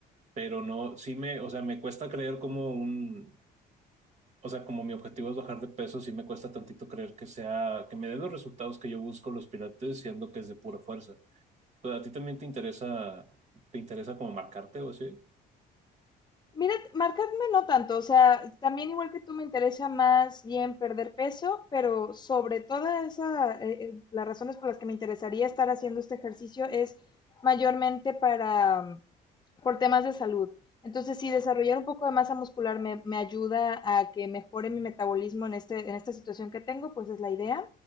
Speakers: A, on the right; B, on the left.
A: Pero no, sí me, o sea, me cuesta creer como un, o sea, como mi objetivo es bajar de peso, sí me cuesta tantito creer que sea, que me dé los resultados que yo busco los pilates, siendo que es de pura fuerza. Pues a ti también te interesa, te interesa como marcarte o así.
B: Mira, marcarme no tanto, o sea, también igual que tú me interesa más bien perder peso, pero sobre toda esa, eh, eh, las razones por las que me interesaría estar haciendo este ejercicio es mayormente para por temas de salud. Entonces, sí, desarrollar un poco de masa muscular me, me ayuda a que mejore mi metabolismo en, este, en esta situación que tengo, pues es la idea.